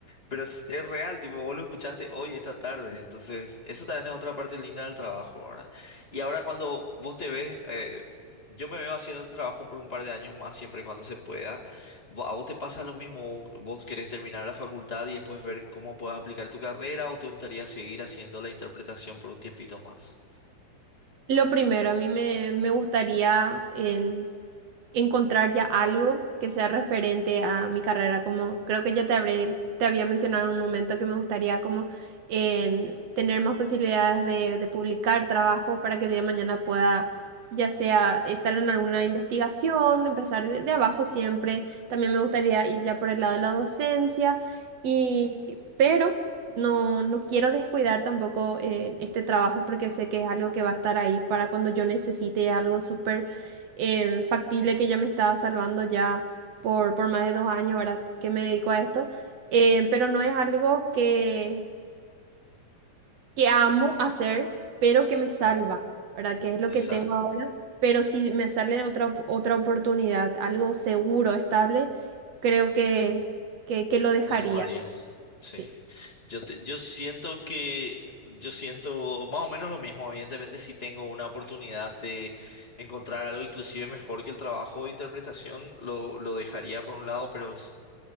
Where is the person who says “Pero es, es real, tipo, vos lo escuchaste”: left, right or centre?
Left